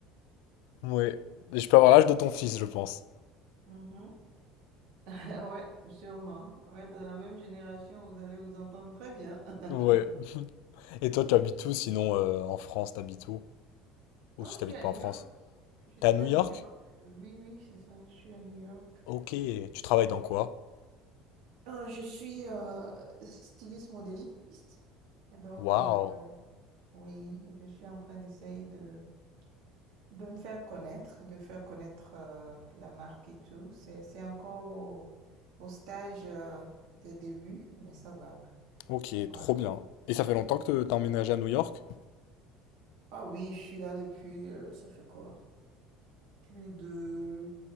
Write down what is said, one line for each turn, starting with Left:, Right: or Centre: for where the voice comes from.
Left: Ouais. Et Je peux avoir l'âge de ton fils, je pense.
Right: Mhm. <laughs> Ouais, sûrement. Ouais, de la même génération, vous allez vous entendre très bien. <laughs>
Left: Ouais. Et
Right: Ouais.
Left: toi, tu habites où sinon euh, en France, t'habites où? Ou
Right: Non,
Left: si
Right: je
Left: t'habites
Right: suis à
Left: pas
Right: New
Left: en France?
Right: York. Je
Left: T'es
Right: suis
Left: à New
Right: à
Left: York?
Right: New York. Euh, Oui, oui, c'est ça. Je suis à New York.
Left: Ok. Tu travailles dans quoi?
Right: Euh, je suis euh, styliste modéliste. Et Donc,
Left: Waouh.
Right: euh, oui, je suis en train d'essayer de, de me faire connaître, de faire connaître euh, la marque et tout. C'est, c'est encore au, au stage euh, de début, mais ça va.
Left: Ok,
Right: Ouais.
Left: trop bien. Et ça fait longtemps que t'as emménagé à New York?
Right: Ah oui, je suis là depuis, euh, ça fait quoi? Plus de,